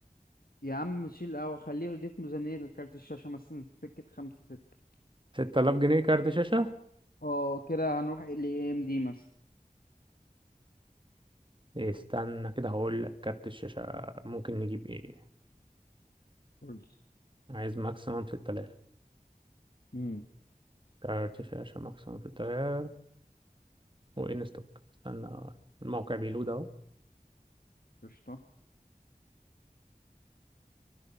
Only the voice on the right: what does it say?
6000 جنيه كارت شاشه
إيه استنى كده هقول لك كارت الشاشه ممكن نجيب ايه
عايز ماكسيمم 6000
كارت شاشه ماكسيمم 6000 وان ستوك استنى الموقع بيلود اهو